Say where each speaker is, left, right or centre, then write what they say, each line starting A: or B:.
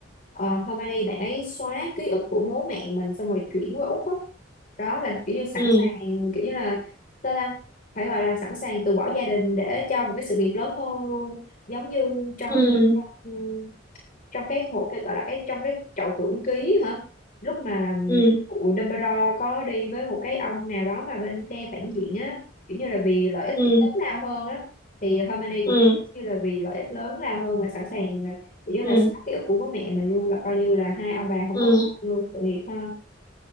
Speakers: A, on the left; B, on the left.
A: ờ, hôm nay đi bạn ấy xóa ký ức của bố mẹ mình xong rồi chuyển qua Úc á. Đó. là kiểu như sẵn
B: Ừ,
A: sàng kiểu như là sao ta phải gọi là sẵn sàng từ bỏ gia đình để cho một cái sự nghiệp lớn hơn luôn giống như trong
B: ừ,
A: ừ, trong cái hộ cái gọi là cái trong cái chậu tưởng ký hả lúc mà ừm,
B: ừ,
A: cụ Dumbledore có đi với một cái ông nào đó mà bên phe phản diện á kiểu như là vì lợi ích
B: ừ,
A: lớn lao hơn á thì Hermione
B: ừ,
A: cũng như là vì lợi ích lớn lao hơn mà sẵn sàng kiểu như
B: ừ,
A: là xóa ký ức của bố mẹ mình luôn là coi như là hai ông bà không
B: ừ,
A: có con luôn tội nghiệp ha